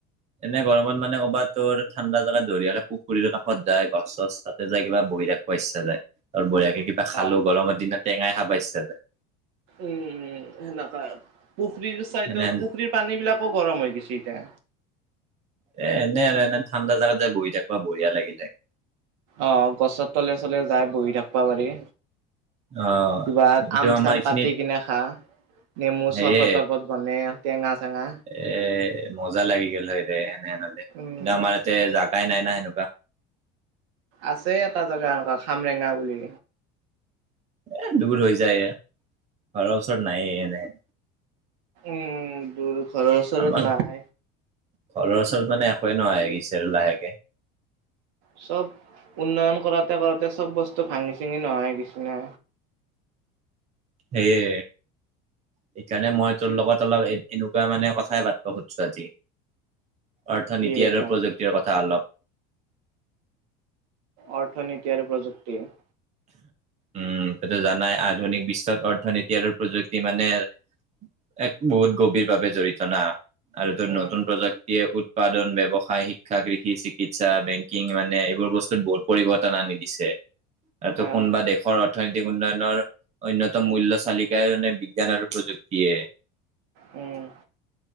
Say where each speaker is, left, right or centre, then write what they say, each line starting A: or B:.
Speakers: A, on the right (about 30°); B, on the right (about 70°).
A: এনে গৰমত মানে ক'ৰবাত তোৰ ঠাণ্ডা জেগাত ধুনীয়াকে পুখুৰীৰ কাষত যায় গছ-চছ তাতে যায় কিবা বহি থাক ব ইচ্ছা যায় আৰু বঢ়িয়াকে কিবা খালোঁ,
B: অ
A: গৰমৰ দিনত টেঙা খাব ইচ্ছা যায়।
B: উম-উম, সেনেকা, পুখুৰীৰ চাইদত-পুখুৰীৰ
A: এনে
B: পানী বিলাকো গৰম হৈ গৈছে এতিয়া।
A: এ এনে আৰু এনে ঠাণ্ডা জাগাত যায় বহি থাকবা বঢিয়া লাগিল হয়।
B: অ', গছৰ তলে চলে যায় বহি থাকিব পাৰি।
A: অ
B: কিবা
A: কিন্তু
B: আম-চাম
A: আমাৰ এইখিনিত
B: কাটি কিনে খা, নেমু
A: সেয়ে
B: চৰ্বত তৰ্বত গনে টেঙা-চেঙা
A: এ মজা লাগি গ'ল হয়ৰে এনে হ'লে,
B: উম,
A: কিন্তু আমাৰ ইয়াতে জাগাই নাই না সেনেকুৱা।
B: আছে এটা জেগা এনেকুৱা খামৰেঙা বুলি।
A: এ দূৰ হৈ যায়, ঘৰৰ ওচৰত নাইয়ে এনেহেন
B: উম দূৰ, ঘৰৰ ওচৰত
A: আমাৰ
B: নাই
A: ঘৰৰ ওচৰত মানে একোৱে নোহোৱা গৈছে আৰু লাহেকে
B: চব উন্নয়ন কৰোঁতে-কৰোঁতে চব বস্তু ভাঙি-চিঙি নোহোৱা হয় গৈচি ন?
A: সেইয়ে সেইকাৰণে মই তোৰ লগত অলপ এনেকুৱা মানে কথাই পাতিব খুজিছোঁ আজি। অৰ্থনীতি
B: কি কথা
A: আৰু প্ৰযুক্তিৰ কথা অলপ
B: অৰ্থনীতি আৰু প্ৰযুক্তিৰ?
A: উম', তইতো জানই, আধুনিক বিশ্বত অৰ্থনীতি আৰু প্ৰযুক্তি মানে নে, এক বহুত গভীৰভাৱে জৰিত না, আৰু য'ত
B: উম,
A: নতুন প্ৰযুক্তিয়ে উৎপাদন, ব্যৱসায়, শিক্ষা, কৃষি, চিকিৎসা, বেংকিং, মানে এইবোৰ বস্তুত বহুত পৰিৱৰ্তন আনি দিছে। আৰুটো
B: আহ,
A: কোনোবা দেশৰ অৰ্থনৈতিক উন্নয়নৰ অন্যতম মূল্য চালিকাই মানে বিজ্ঞান আৰু প্ৰযুক্তিয়েই
B: উম।